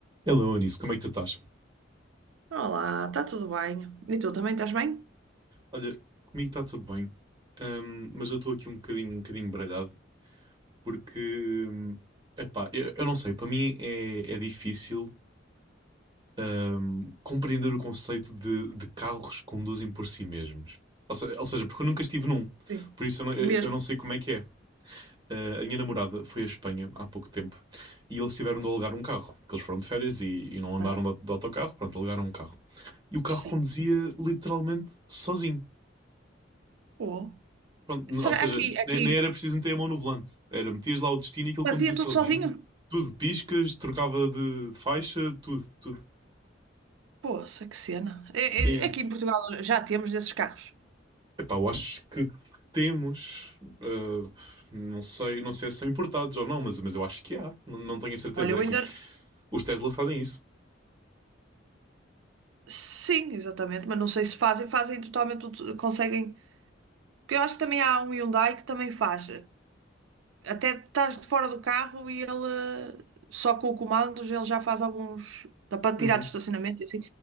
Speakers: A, on the right; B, on the right.
A: Hello, Anis, como é que tu estás?
B: Olá, está tudo bem? E tu também estás bem?
A: Olha, comigo está tudo bem, hum, mas eu estou aqui um bocadinho, um bocadinho baralhado, porque, hum, epá, eu, eu não sei, para mim é, é difícil, hum, compreender o conceito de, de carros que conduzem por si mesmos. Ou, se- ou seja, porque eu nunca estive num,
B: Sim.
A: por isso eu não,
B: Mesmo.
A: eu não sei como é que é. Eh, a minha namorada foi à Espanha há pouco tempo e eles tiveram de alugar um carro, porque eles foram de férias e, e não andaram
B: Ah,
A: de, au- de autocarro, pronto, alugaram um carro. E o carro
B: sim.
A: conduzia literalmente sozinho.
B: Pô,
A: Pronto, n-
B: será
A: ou seja,
B: aqui, aqui
A: ne- nem era preciso meter a mão no volante. Era metias lá o destino e aquilo
B: fazia
A: conduzia sozinho.
B: tudo sozinho?
A: Tudo, piscas, trocava de, de faixa, tudo, tudo.
B: Poxa, que cena. É-
A: É.
B: é- Aqui em Portugal já temos desses carros.
A: Epá, eu acho que temos, ah, não sei, não sei se são importados ou não, mas, mas eu acho que há, não, não tenho a certeza.
B: Olha, eu
A: É assim,
B: ainda.
A: os Teslas fazem isso.
B: Sim, exatamente, mas não sei se fazem, fazem totalmente tudo, conseguem. Porque eu acho que também há um Hyundai que também faz. até estás de fora do carro e ele eh, só com o comando ele já faz alguns dá para tirar
A: Uhum,
B: do estacionamento e assim